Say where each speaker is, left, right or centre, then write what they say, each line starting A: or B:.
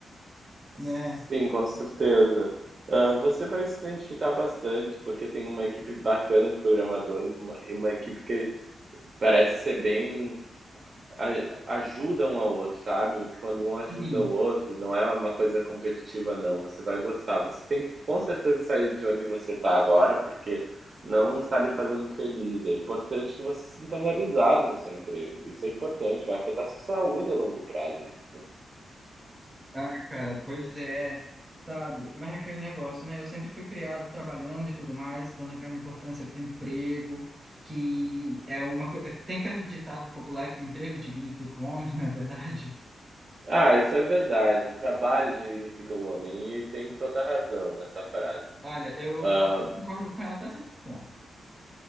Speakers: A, on the right (about 15°); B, on the right (about 40°).
A: né?
B: Sim, com certeza. Ah, você vai se identificar bastante, porque tem uma equipe bacana de programadores uma- e uma equipe que parece ser bem a- ajuda um ao outro, sabe? O que- Quando um ajuda
A: Hum.
B: o outro, não é uma coisa competitiva, não. Você vai gostar. Você tem que com certeza sair de onde você está agora, porque não está lhe fazendo feliz. É importante que você se sinta realizado no seu emprego. Isso é importante, vai afetar sua saúde a longo prazo. é Isso.
A: Ah, cara, pois é, sabe? Mas é aquele negócio, né? Eu sempre fui criado trabalhando e tudo mais, dando aquela importância para o emprego, que é uma coisa. Tem aquele ditado popular que o emprego dignifica o homem, <laughs> não é verdade?
B: Ah, isso é verdade. O trabalho dignifica o homem e tem toda a razão essa frase.
A: Olha, eu,
B: Ah,
A: eu concordo com ela até certo ponto.